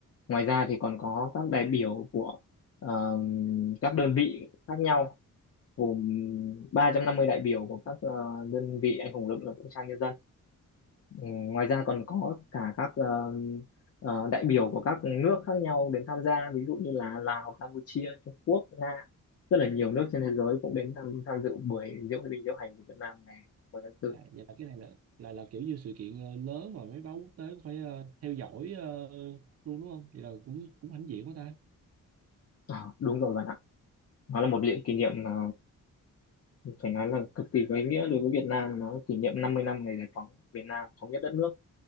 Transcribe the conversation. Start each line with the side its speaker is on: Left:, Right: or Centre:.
Left: Ngoài ra thì còn có các đại biểu của ờ, các đơn vị khác nhau gồm 350 đại biểu của các ờ, đơn vị anh hùng lực lượng vũ trang nhân dân. Ừ, ngoài ra còn có cả các ờ, ờ, đại biểu của các nước khác nhau đến tham gia, ví dụ như là Lào, Campuchia, Trung Quốc, Nga. Rất là nhiều nước trên thế giới cũng đến tham, tham dự buổi diễu binh diễu hành của Việt Nam ngày 10 tháng 4.
Right: À, vậy là cái này là là là kiểu như sự kiện ờ, lớn mà mấy báo quốc tế cũng phải ờ, theo dõi ờ, luôn đúng không? Vậy là cũng cũng hãnh diện quá ta.
Left: Ờ, đúng rồi bạn nó là một lễ kỷ niệm mà phải nói là cực kỳ có ý nghĩa đối với Việt Nam nó kỷ niệm 50 năm ngày giải phóng Việt Nam thống nhất đất nước